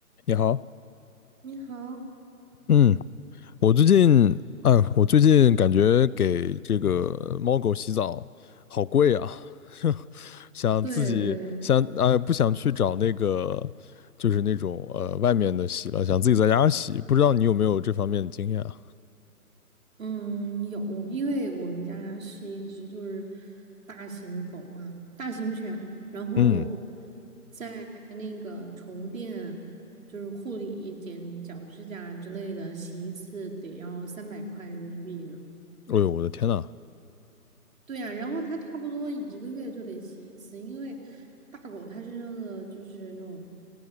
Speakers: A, on the left; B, on the right.
A: 你好，
B: 你好，
A: 嗯，我最近，哎，我最近感觉给这个猫狗洗澡好贵啊，<laughs> 想自己想，
B: 对对，
A: 哎，不想去找那个，就是那种呃外面的洗了，想自己在家洗，不知道你有没有这方面的经验啊？
B: 嗯，有，因为我们家是一只就是大型狗嘛，大型犬，然后
A: 嗯，
B: 在那个宠物店就是护理、剪脚趾甲之类的，洗一次得要三百块人民币呢。
A: 哎呦，我的天呐，
B: 对呀、然后它差不多一个月就得洗一次，因为大狗它身上的就是那种